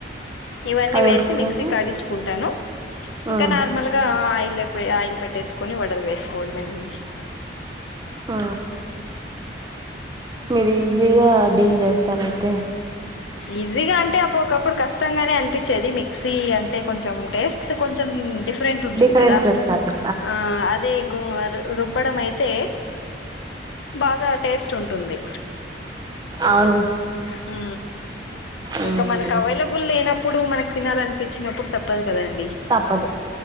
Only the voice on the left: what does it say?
ఇవన్నీ
వేసి
మిక్సీ కడించుకుంటాను ఇంకా
నార్మల్ గా ఇగ ఆయిల్ ఆయిల్ పెట్టేసుకొని వడలు వేసుకోవడం మండి
ఈజీగా అంటే అప్పు ఒకప్పుడు కష్టంగానే అనిపించేది మిక్సీ అంటే కొంచెం టేస్ట్ కొంచెం ఫరెంట్ ఉంటుంది
కదా
ఆ అదే రుబ్బడం అయితే బాగా టేస్ట్ ఉంటుంది
ఉ
ఇంక మనకి అవైలబుల్ లేనప్పుడు మనకు తినాలనిపించినప్పుడు తప్పదు కదండి